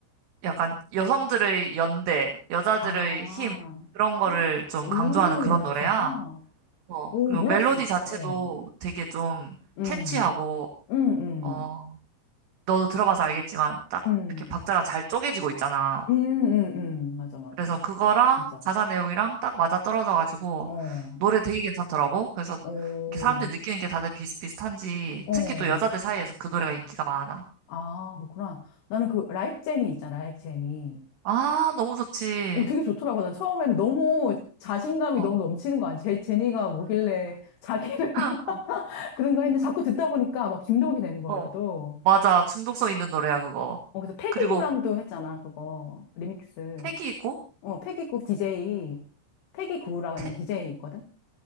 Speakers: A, on the right; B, on the left.
A: 약간 여성들의 연대, 여자들의
B: 아,
A: 힘 그런 거를
B: 헉,
A: 좀
B: 오,
A: 강조하는 그런 노래야.
B: 진짜?
A: 어,
B: 오,
A: 그리고
B: 몰랐어.
A: 멜로디 자체도
B: 어,
A: 되게 좀
B: 음,
A: 캐치하고
B: 음, 음,
A: 어, 너도 들어봐서 알겠지만 딱
B: 음,
A: 이렇게 박자가 잘 쪼개지고 있잖아.
B: 음, 음, 음, 맞아, 맞아.
A: 그래서 그거랑
B: 진짜.
A: 가사 내용이랑 딱 맞아떨어져가지고
B: 어,
A: 노래 되게 괜찮더라고. 그래서
B: 오,
A: 이렇게 사람들이 느끼는 게 다들 비슷비슷한지
B: 어,
A: 특히 또 여자들 사이에서 그 노래가 인기가 많아.
B: 아, 그렇구나. 나는 그, 라이크 제니 있잖아, 라이크 제니.
A: 아, 너무 좋지.
B: 오, 되게 좋더라고. 난 처음에는 너무 자신감이
A: 어.
B: 너무
A: 어,
B: 넘치는 거야. 제, 제니가 뭐길래 자기를
A: <laughs>
B: <laughs> 그런가 했는데 자꾸 듣다 보니까 막 중독이 되는 거야,
A: 어.
B: 나도.
A: 맞아. 중독성 있는 노래야, 그거.
B: 어, 그래서 패기구랑도
A: 그리고
B: 했잖아, 그거. 리믹스.
A: 택이 있고,
B: 어, 패기구 DJ. 패기구라는
A: 택?
B: DJ 있거든?